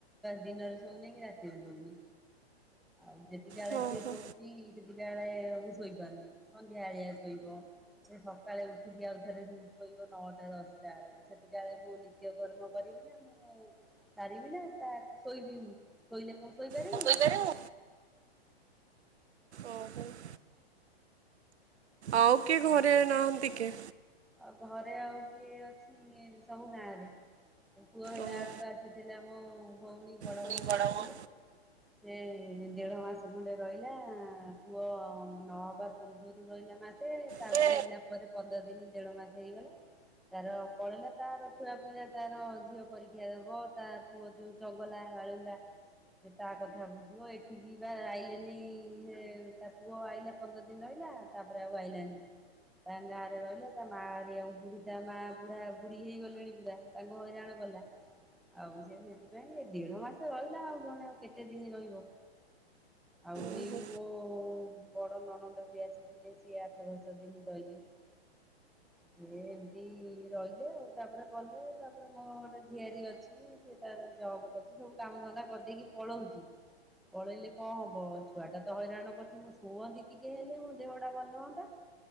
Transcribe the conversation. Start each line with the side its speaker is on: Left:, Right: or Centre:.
Centre: ଦିନରେ ଶଉନି କି ରାତିରେ ଶଉନି ଆଉ ଯେତିକି ଆଳ
Right: ହଁ
Centre: ସିଏ
Right: ହଁ।
Centre: ଶୋଉଛି ସେତିକି ସେତିକି ବେଳେ ମୁଁ ସୋଇପାରୁନି ସନ୍ଧ୍ୟାବେଲିଆ ଶୋଇବ ସେ ସକାଳେ ଉଠିକି ଆଉ ଥରେ ଶୋଇବ ନଅଟା ଦଶଟା ବେଳକୁ ସେ ବିଦ୍ୟାଳୟ କୁ ନିତ୍ୟକର୍ମ କରିବି ନା ମୁଁ ସାରିବି ନା ତା ଶୋଇବି ମୁଁ। ଶୋଇଲେ କ ଶୋଇପାରିବୁ?
Right: କଣ କହିପାରିବୁ? ଓହୋ। <unintelligible> ଆଉ କିଏ ଘରେ ନାହାନ୍ତି କି?
Centre: ଆଉ ଘରେ ଆଉ କିଏ ଅଛି ସବୁ ଗାଁରେ ପୁଅ ହେଲା ହେଲାଆଳୁ
Right: ଓହୋ।
Centre: କୁ ଆସି ଥିଲା ମୋ ଭଉଣୀ ବଡ
Right: ପୁଣି
Centre: ଭଉଣୀ
Right: ବଡ଼
Centre: ଆସିଥିଲା।
Right: ବୋଉ
Centre: ସେ ଦେଢ ମାସେ ଖଣ୍ଡେ ରହିଲା ପୁଅ ନହବା ପୂର୍ବରୁ ରହିଲା ମାସେ ସେ ତାପରେ
Right: ସେ
Centre: ହେଲା ପରେ ପନ୍ଦର ଦିନ ଦେଢ ମାସେ ହେଇଗଲା। ତାର ପଳେଇଲା ତାର ଛୁଆ ପିଲା ତାର ଝିଅ ପରୀକ୍ଷା ଦବ ତା ପୁଅ ଯୋଉ ଚଙ୍ଗଲା ବାଳୁଙ୍ଗା ସେ ତା କଥା ବୁଝିବ ଏଠିକି ବା ଆଇଲେନି ଇ ଇ ତା ପୁଅ ଆଇଲା ପନ୍ଦର ଦିନ ରହିଲା। ତାପରେ ଆଉ ଆଇଲାନି ତାଙ୍କ ଗାଁରେ ରହିଲା। ତା ମା ହରିକାଙ୍କୁ ଆଉ ବୁଢୀ ତା ମା ବୁଢା ବୁଢୀ ହେଇଗଲେଣି ପୁରା ତାଙ୍କୁ ହଇରାଣ କଲା। ଆଉ ସେ ସେଥିପାଇଁ ଦେଢ ମାସ ରହିଲା ଆଉ ଜଣେ ଆଉ କେତେ ଦିନ ରହିବ? ଆଉ ବି
Right: ଓହୋ
Centre: ମୋ ବଡ଼ ନଣନ୍ଦ ବି ଆସିଥିଲେ ସିଏ ଆଠ ଦଶ ଦିନ ରହିଲେ। ସିଏ ବି ରହିଲେ ଆଉ ତାପରେ କଲେ ତାପରେ ମୋ ଝିଆରୀ ଅଛି। ସେ ତାର ଜବ କରୁଛି ସବୁ କାମ ଧନ୍ଦା କରିଦେଇକି ପଳଉଛି। ପଳେଇଲେ କଣ ହବ ଛୁଆ ଟା ତ ହଇରାଣ କରୁଛି। ମୁଁ ଶୁଅନ୍ତି ଟିକିିଏ ହେଲେ ମୋ ଦେହଟା ଭଲ ହୁଅନ୍ତା।